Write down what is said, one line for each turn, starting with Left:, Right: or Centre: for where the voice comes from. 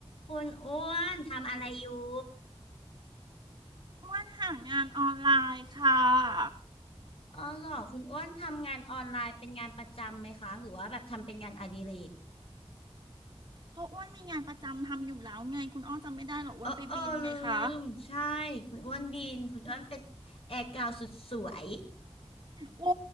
Left: คุณอ้วนทำอะไรอยู่
Right: อ้วนหางานออนไลน์ค่ะ
Left: อ๋อเหรอคุณอ้วนทำงานออนไลน์เป็นงานประจำไหมคะหรือว่าแบบทำเป็นงานอดิเรก
Right: ก็อ้วนมีงานประจำทำอยู่แล้วไงคุณอ้อจำไม่ได้เหรออ้วนไปบินไงคะ
Left: เออเออลืมใช่คุณอ้วนบินคุณอ้วนเป็นแอร์กาวสุดสวย
Right: อืมโอุ้